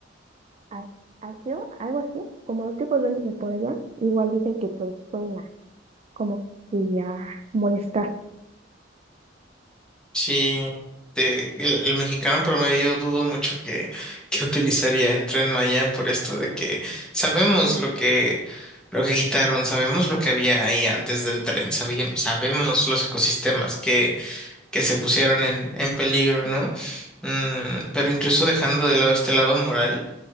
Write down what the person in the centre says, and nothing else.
Sí, te- el, el mexicano promedio dudo mucho que, <laughs> que utilizaría el Tren Maya por esto de que sabemos lo que lo que quitaron, sabemos lo que había ahí antes del tren, sabíamos, sabemos los ecosistemas que, que se pusieron en, en peligro, ¿no? Mm, pero incluso dejando de lado este lado moral